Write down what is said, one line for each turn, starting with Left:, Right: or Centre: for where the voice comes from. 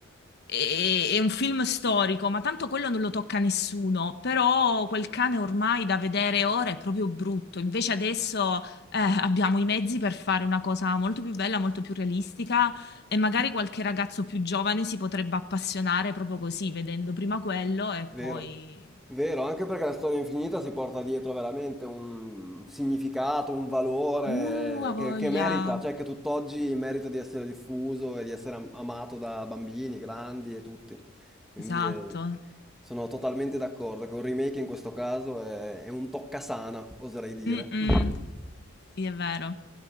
Left: è, è un film storico, ma tanto quello non lo tocca nessuno. Però quel cane ormai da vedere ora è proprio brutto. Invece adesso eh, abbiamo i mezzi per fare una cosa molto più bella, molto più realistica e magari qualche ragazzo più giovane si potrebbe appassionare proprio così, vedendo prima quello e poi...
Centre: Vero, vero, anche perché la storia infinita si porta dietro veramente un significato, un valore
Left: Uh, ha
Centre: eh,
Left: voglia!
Centre: che, che merita, cioè che tutt'oggi merita di essere diffuso e di essere am- amato da bambini, grandi e tutti. Quindi
Left: Esatto.
Centre: eh, sono totalmente d'accordo che un remake in questo caso è, è un toccasana, oserei dire.
Left: Mm-mm. Sì, è vero.